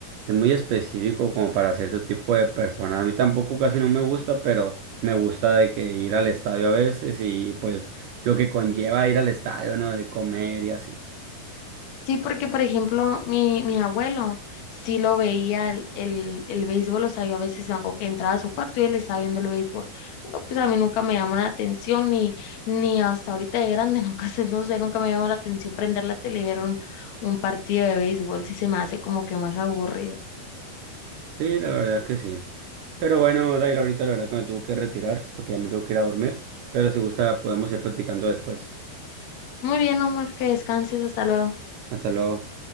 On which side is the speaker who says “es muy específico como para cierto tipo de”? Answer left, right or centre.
Right